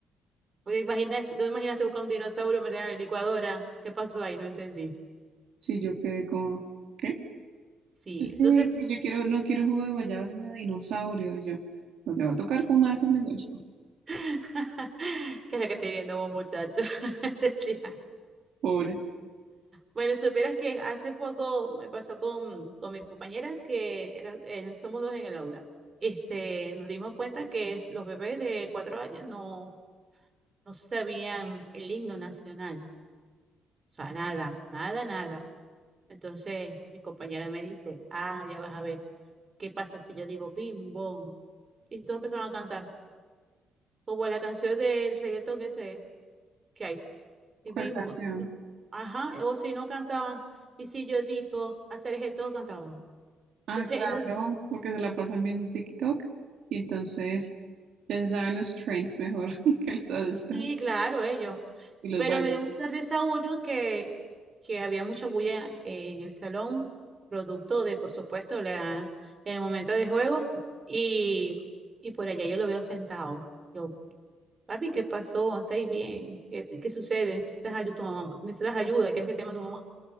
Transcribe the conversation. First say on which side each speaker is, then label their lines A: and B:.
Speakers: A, on the right; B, on the right.
A: Pues imagina- tú imaginaste buscar un dinosaurio, meter en la licuadora. ¿Qué pasó ahí? No entendí.
B: Sí, yo quedé como, ¿qué?
A: Sí.
B: Sí,
A: Entonces,
B: yo quiero, no quiero jugo de guayaba, sino de dinosaurio yo. Nos le va a tocar tomarse el de guayaba.
A: <laughs> ¿qué es lo que estoy viendo vos, muchacho? <laughs> Decía.
B: Pobre.
A: Bueno, supieras que hace poco me pasó con, con mi compañera que era, en- somos dos en el aula. Este, nos dimos cuenta que es- los bebés de cuatro años no, no se sabían el himno nacional. O sea, nada, nada, nada. Entonces mi compañera me dice, ah, ya vas a ver, ¿qué pasa si yo digo bim, bom? Y todos empezaron a cantar, como la canción del reggaetón ese que hay, y
B: ¿Cuál
A: bim,
B: canción?
A: bom. sí. Ajá, o si no cantaban, y si yo digo hacer eje, todos cantaban.
B: Ah,
A: Entonces,
B: claro,
A: eh, no sé-
B: porque se la pasan viendo TikTok y entonces ya se saben los trends mejor <laughs> que los adultos
A: sí, claro, ellos.
B: y los
A: Pero
B: bailan.
A: me dio mucha risa uno que, que había mucha bulla en el salón, producto de, por supuesto, la, el momento de juego, y, y por allá yo lo veo sentado. Yo, papi, ¿qué pasó? ¿Estáis bien? ¿Qué, qué sucede? ¿Necesitas ayuda tu mamá? ¿Necesitas ayuda? ¿Quieres que te llame tu mamá?